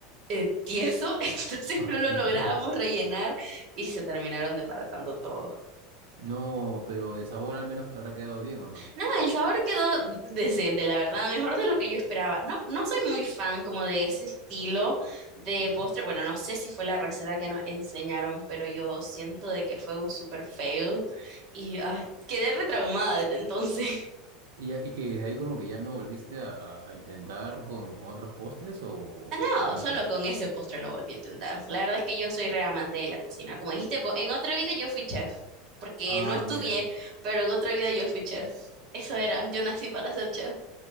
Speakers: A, on the right; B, on the right.
A: eh, tieso, <laughs> entonces
B: <laughs>
A: no lo
B: Ok.
A: lográbamos rellenar y se terminaron desbaratando todo.
B: No, pero de sabor al menos que habrá quedado bien o no.
A: No, el sabor quedó decente, la verdad, mejor de lo que yo esperaba. No, no soy muy fan como de ese estilo de
B: Ya.
A: postre. Bueno, no sé si fue la receta que nos enseñaron, pero yo siento de que fue un super fail y ah, quedé retraumada desde entonces. <laughs>
B: ¿Y, ya- y que desde ahí como que ya no volviste a, a- a intentar con, con otros postres o,
A: Ah, no,
B: o no
A: solo
B: sé?
A: con ese postre no volví a intentar. La verdad es que yo soy re amante de la cocina. Como dijiste, vos, en otra vida yo fui chef, porque
B: Ah,
A: no estudié,
B: mira.
A: pero en otra vida yo fui chef. Eso era, yo nací para ser chef.